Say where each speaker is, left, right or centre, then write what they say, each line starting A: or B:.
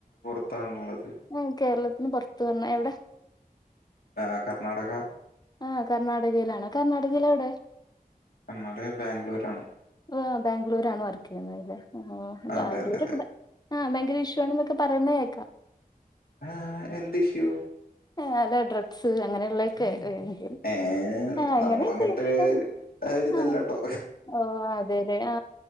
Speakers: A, on the left (about 75°); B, on the left (about 25°).
A: ത്താണുള്ളത്
B: ഉം കേരളത്തിന് പൊർത്ത്ർഞ്ഞ് എവ്ടെ
A: ആ കർണാടക
B: ആ കർണാടകയിലാണ് കർണാടകയിലെവ്ടെ
A: കണ്ണാട് ബാഗ്ലൂരാണ്
B: ആ ബാഗ്ലൂരാണ് വർക്കെയ്യ്ന്നെലെ ആ
A: അതെ
B: ബാഗ്ലൂരൊക്കെ
A: അതെ അതെ
B: ഭ ആ ഭയങ്കര ഇഷ്യു ആണ്ന്നൊക്കെ പറയ്ന്നെ ഏക്കാ
A: ആ എന്ത് ഇഷ്യു?
B: അ അല്ല ഡ്രഗ്സ് അങ്ങനെയ്ള്ളെക്കെ വേണെങ്കില്
A: ഏ
B: ആ അങ്ങനെ
A: നമ്മളങ്ങനത്തെ
B: <unintelligible>
A: ഒരു ഒരു ഇതല്ല
B: ആ
A: കേട്ടോ
B: ഓ അതേലെ ആ